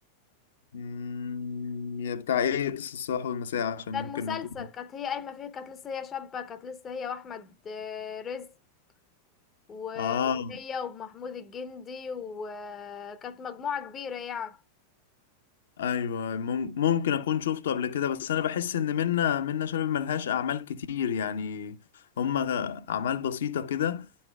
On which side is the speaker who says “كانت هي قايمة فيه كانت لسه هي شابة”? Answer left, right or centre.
Left